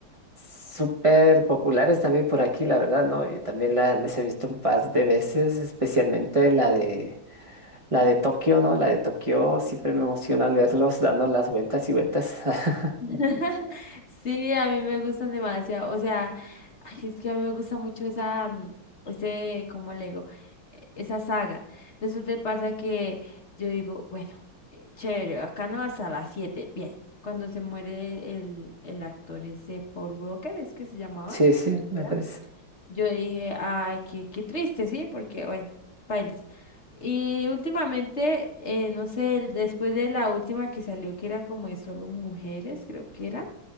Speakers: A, on the right (about 50°); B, on the left (about 40°).
A: súper populares también por aquí, la verdad, ¿no? Yo también la, las he visto un par de veces, especialmente la de, la de Tokio, ¿no? La de Tokio siempre me emociona al verlos dando las vueltas y vueltas. <laughs>
B: <laughs> Sí, a mí me gustan demasiado. O sea, ay, es que a mí me gusta mucho esa, mm, ese, ¿cómo le digo? E- Esa saga. Resulta y pasa que yo digo, bueno, eh, chévere, acá no hasta las 7, Bien. Cuando se muere el, el actor ese Paul Walker, es que se llamaba,
A: Sí, sí,
B: creo
A: me
B: que era.
A: parece.
B: Yo dije, ay, qué, qué triste, sí, porque bueno, bailas. Y últimamente, eh, no sé, el- después de la última que salió, que era como de solo mujeres, creo que era